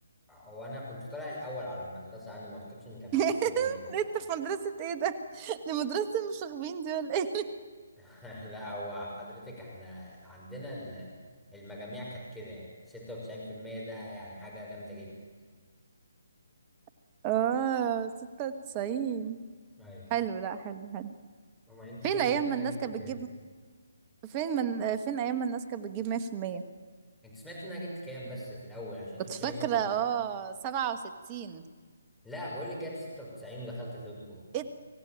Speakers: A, in the centre; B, on the right.
A: وانا كنت طالع الاول على المدرسة عندي ما اعتقدش ان كان في احسن
B: <laughs>
A: من كده يعني.
B: انت في مدرسة ايه ده دي مدرسة المشاغبين دي ولا ايه
A: <laughs> لا هو حضرتك احنا عندنا ال- المجاميع كانت كده يعني 96% ده يعني حاجة جامدة جدا
B: <laughs> اه ستة وتسعين
A: ايوه
B: حلو لا حلو حلو
A: اما انت
B: فين
A: سمعتي
B: ايام
A: ان
B: ما
A: انا
B: الناس
A: جبت
B: كانت
A: كام
B: بتجيب فين من فين ايام ما الناس كانت بتجيب مية في المية
A: انت سمعت ان انا جبت كام بس في الاول عشان انت
B: كنت
A: بتقولي
B: فاكرة
A: 96
B: اه سبعة وستين
A: لا بقول لك جايب 96 ودخلت طب
B: ايه